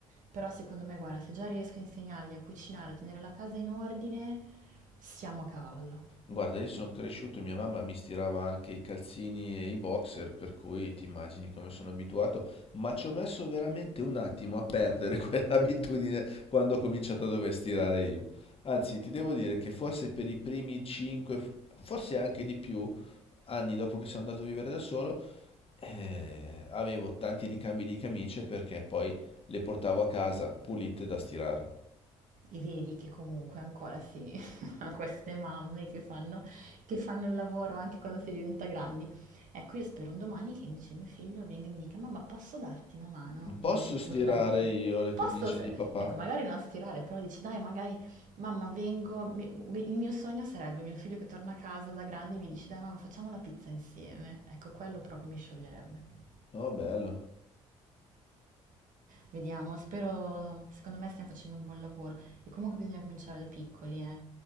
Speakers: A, on the right (about 55°); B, on the left (about 40°).
A: Però secondo me, guarda, se già riesco a insegnargli a cucinare, a tenere la casa in ordine, siamo a cavallo.
B: Guarda, io sono cresciuto, mia mamma mi stirava anche i calzini e i boxer, per cui ti immagini come sono abituato, ma ci ho messo veramente un attimo a perdere <laughs> quell'abitudine quando ho cominciato a dover stirare io. Anzi, ti devo dire che forse per i primi 5, forse anche di più, anni dopo che sono andato a vivere da solo, eh, avevo tanti ricambi di camicie perché poi le portavo a casa pulite da stirare.
A: E vedi che comunque ancora si <laughs> ha queste mamme che fanno, che fanno il lavoro anche quando si diventa grandi. Ecco, io spero un domani che invece mio figlio venga e mi dica: Mamma, posso darti una mano?
B: Non posso
A: Invece di
B: stirare
A: portarmi.
B: io le
A: Posso,
B: camicie
A: se-
B: di papà?
A: ecco, magari non stirare, però dici: Dai, magari, mamma, vengo. mi- Il mio sogno sarebbe mio figlio che torna a casa da grande e mi dice: Dai, mamma, facciamo la pizza insieme. Ecco, quello proprio mi scioglierebbe.
B: Oh, bello.
A: Vediamo, spero, secondo me stiamo facendo un buon lavoro e comunque bisogna cominciare da piccoli, eh,